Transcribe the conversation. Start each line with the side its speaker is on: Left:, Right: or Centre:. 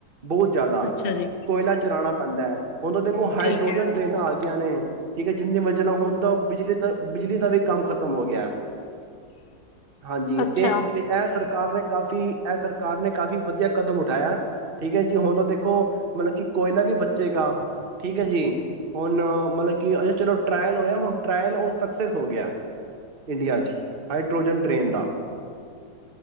Right: ਬਹੁਤ ਜ਼ਿਆਦਾ
Left: ਅੱਛਾ ਜੀ
Right: ਕੋਇਲਾ ਚਰਾਣਾ ਪੇਦਾ ਹੈ। ਹੁਣ ਤਾਂ ਦੇਖੋ ਹਾਈਡਰੋਜਨ
Left: ਠੀਕ ਹੈ
Right: ਟ੍ਰਰੇਨਾਂ ਆ ਗਈਆਂ ਨੇ ਠੀਕ ਹੈ। ਜਿੰਨੀ ਵਜਾ ਨਾਲ ਹੋਣ ਤਾਂ ਬਿਜਲੀ ਦਾ ਬਿਜਲੀ ਦਾ ਵੀ ਕੰਮ ਖ਼ਤਮ ਹੋ ਗਿਆ। ਹਾਂਜੀ
Left: ਅੱਛਾ
Right: ਤੇ ਤੇ ਇਹ ਸਰਕਾਰ ਨੇ ਕਾਫ਼ੀ ਇਹ ਸਰਕਾਰ ਨੇ ਕਾਫ਼ੀ ਵਧੀਆ ਕਦਮ ਉਠਾਇਆ। ਠੀਕ ਹੈ ਜੀ ਹੁਣ ਤਾਂ ਦੇਖੋ ਮਤਲਬ ਕਿ ਕੋਇਲਾ ਵੀ ਬੱਚੇਗਾ। ਠੀਕ ਹੈ ਜੀ ਹੁਣ ਮਲਤ ਕਿ ਚਲੋ ਟਰਾਇਲ ਹੋਇਆ ਹੁਣ ਟਰਾਇਲ ਉਹ ਸਕਸੈਸ ਹੋ ਗਿਆ ਇੰਡੀਆ 'ਚ ਹਾਈਡਰੋਜਨ ਟ੍ਰੇਨ ਦਾ